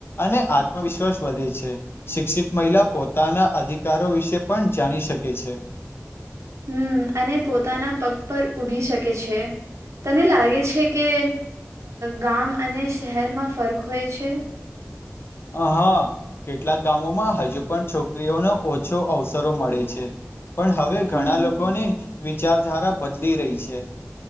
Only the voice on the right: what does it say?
હમ્મ અને પોતાના પગ પર ઊભી શકે છે, તને લાગે છે કે ગામ અને શહેરમાં ફર્ક હોય છે.
હમ